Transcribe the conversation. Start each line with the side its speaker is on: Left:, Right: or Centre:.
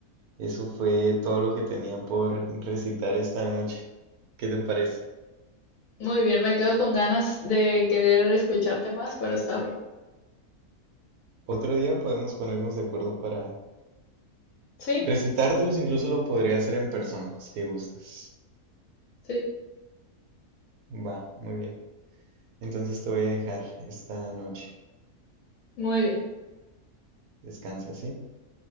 Right: eso fue todo lo que tenía por recitar esta noche. ¿Qué te parece?
Left: Muy bien, me quedo con ganas de querer escucharte más, pero está bien.
Right: Otro día podemos ponernos de acuerdo para
Left: Sí,
Right: recitártelos, incluso lo podría hacer en persona, si gustas.
Left: sí,
Right: Va, muy bien. Entonces te voy a dejar esta noche.
Left: muy bien.
Right: Descansa, ¿sí?